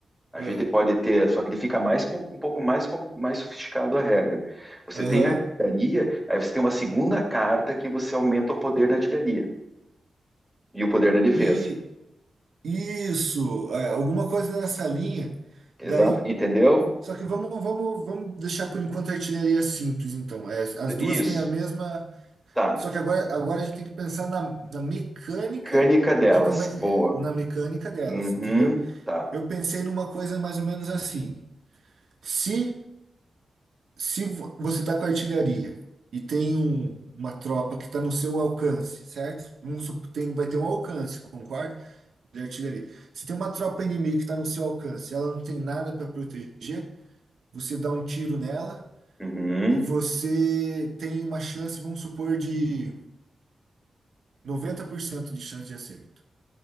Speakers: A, in the centre; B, on the right.
A: a
B: ah,
A: gente pode ter, só que ele fica mais com- um pouco mais com- mais sofisticado a regra. Você
B: Aham.
A: tem a artilharia, aí você tem uma segunda carta que você aumenta o poder da artilharia e o poder da defesa.
B: E Isso, é, alguma coisa nessa linha.
A: Exato,
B: Daí,
A: entendeu?
B: só que vamos, vamos, vamos deixar por enquanto a artilharia simples, então. É, as duas
A: Isso.
B: têm a mesma.
A: Tá.
B: Só que agora, agora a gente tem que pensar na, na mecânica
A: Mecânica delas,
B: de como é
A: boa.
B: que, na mecânica delas,
A: Uhum,
B: entendeu?
A: tá.
B: Eu pensei numa coisa mais ou menos assim. Se, se vo- você está com artilharia e tem um- uma tropa que está no seu alcance, certo? Vamos sup- tem, vai ter um alcance, concorda? de artilharia. Se tem uma tropa inimiga que está no seu alcance, ela não tem nada para proteger, você dá um tiro nela
A: Uhum.
B: e você tem uma chance, vamos supor, de 90% de chance de acerto,